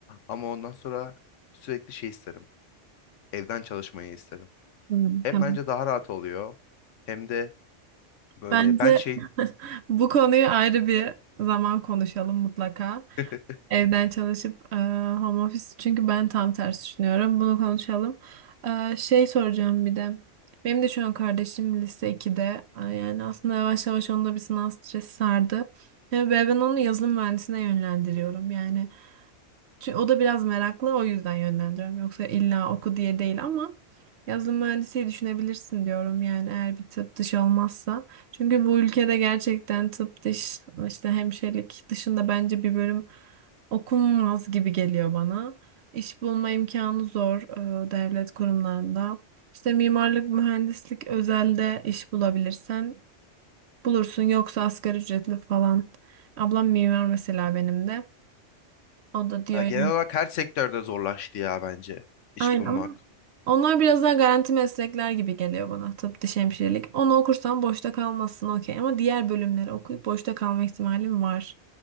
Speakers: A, on the left (about 80°); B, on the right (about 65°).
A: Ama ondan sonra sürekli şey isterim. Evden çalışmayı isterim.
B: Hı,
A: Hem
B: tamam.
A: bence daha rahat oluyor hem de böyle
B: Bence
A: ben şey
B: <laughs> bu konuyu ayrı bir zaman konuşalım mutlaka.
A: <laughs>
B: Evden çalışıp e, home office çünkü ben tam tersi düşünüyorum. Bunu konuşalım. E, şey soracağım bir de. Benim de şu an kardeşim lise 2'de. E, yani aslında yavaş yavaş onda bir sınav stresi sardı. E, Ve ben onu yazılım mühendisine yönlendiriyorum. Yani Çü- O da biraz meraklı o yüzden yönlendiriyorum. Yoksa illa oku diye değil ama yazılım mühendisliği düşünebilirsin diyorum yani eğer bir tıp dışı olmazsa. Çünkü bu ülkede gerçekten tıp dış işte hemşirelik dışında bence bir bölüm okunmaz gibi geliyor bana. İş bulma imkanı zor e, devlet kurumlarında. İşte mimarlık, mühendislik özelde iş bulabilirsen bulursun yoksa asgari ücretli falan. Ablam mimar mesela benim de. O da diyor
A: ya genel olarak her sektörde zorlaştı ya bence iş
B: Aynen
A: bulmak.
B: ama onlar biraz daha garanti meslekler gibi geliyor bana. Tıp, diş hemşirelik. Onu okursan boşta kalmazsın okey. Ama diğer bölümleri okuyup boşta kalma ihtimalim var.